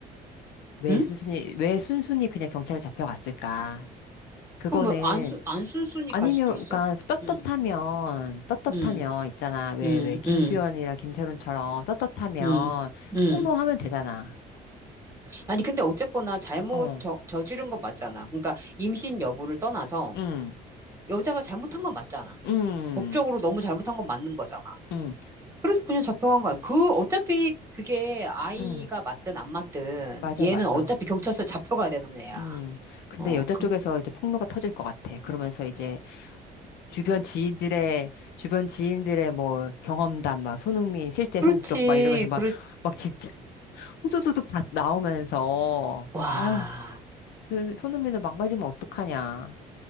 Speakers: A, on the left (about 80°); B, on the right (about 20°).
A: 왜
B: 응?
A: 순순히, 왜 순순히 그냥 경찰에 잡혀갔을까? 그거는
B: 그럼 뭐 안순 안순순이
A: 아니면,
B: 갈 수도 있어?
A: 그러니까, 떳떳하면,
B: 응,
A: 떳떳하면,
B: 응,
A: 있잖아. 왜,
B: 응,
A: 왜, 김수현이랑
B: 응,
A: 김세론처럼 떳떳하면,
B: 응, 응.
A: 폭로하면 되잖아.
B: 아니 근데 어쨌거나 잘못
A: 어,
B: 저, 저지른 건 맞잖아. 그러니까 임신 여부를 떠나서
A: 응,
B: 여자가 잘못한 건 맞잖아.
A: 응,
B: 법적으로 너무 잘못한 건 맞는 거잖아.
A: 응,
B: 그래서 그냥 잡혀간 거야. 그 어차피 그게 아이가
A: 응,
B: 맞든 안 맞든
A: 맞아,
B: 얘는
A: 맞아.
B: 어차피 경찰서 잡혀가야 되는 애야.
A: 음, 근데
B: 어,
A: 여자
B: 그
A: 쪽에서 이제 폭로가 터질 것 같아. 그러면서 이제 주변 지인들의, 주변 지인들의 뭐 경험담, 막 손흥민 실제
B: 그렇지,
A: 성격, 막 이러면서 막,
B: 그렇.
A: 막 진짜 후두두둑 다 나오면서,
B: 와.
A: 아유, 그 손흥민을 망가지면 어떡하냐.